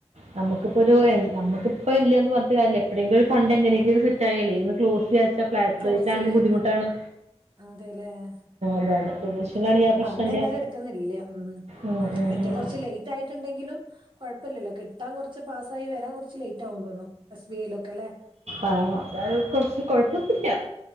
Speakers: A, on the right (about 80°); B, on the right (about 50°).
A: നമുക്കിപ്പോരു എ നമുക്കിപ്പ ഇല്ലന്ന് പറഞ്ഞിട്ട് കാര്യംല്ല എപ്പോഴെങ്കിലും ഒരു ഫണ്ട് എങ്ങനെങ്കിലും സെറ്റായാലേ ഒ ക്ലോസ് ചെയ്യാച്ചാ ഫ്ലാറ്റ്
B: ക്ലോസ്
A: റേറ്റിലാണെങ്കി
B: ചെയ്യാൻ
A: ബുദ്ധിമുട്ടാണ്
B: അതെല്ലേ ഉം
A: അതാണ് ഡിമിനിഷനിലാണെങ്കിൽ ആ
B: അപ്പോ
A: പ്രശ്നമില്ല
B: അങ്ങനെ എന്തായാലും എടുക്കുന്നില്ല ഉം
A: ഉം ഉം
B: മറ്റേ
A: ഉം
B: കൊ റച്ച് ലേറ്റ് ആയിട്ട്ണ്ടെങ്കിലും കൊഴപ്പല്ലല്ലോ കിട്ടാൻ കൊറച്ച് പാസ്സായി വരാൻ കൊറച്ച് ലേറ്റ് ആവും തോന്ന്ണു എസ് ബി ഐ ലോക്കല്ലേ
A: ആഹ് അതായെ കൊറച്ച് കൊഴ പ്പോത്തുല്ല്യ